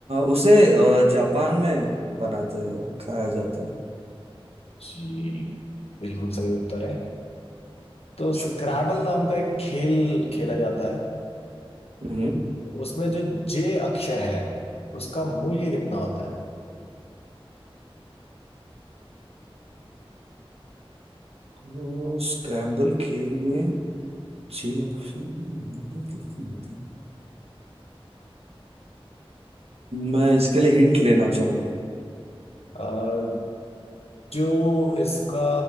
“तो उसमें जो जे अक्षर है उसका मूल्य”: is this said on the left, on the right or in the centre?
Left